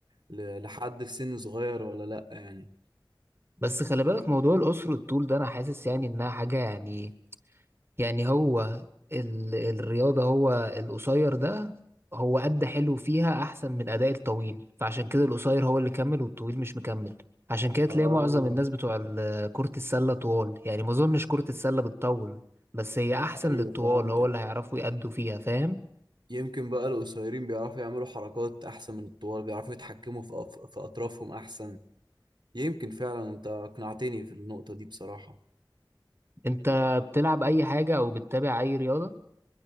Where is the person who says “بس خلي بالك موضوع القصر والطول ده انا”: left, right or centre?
Right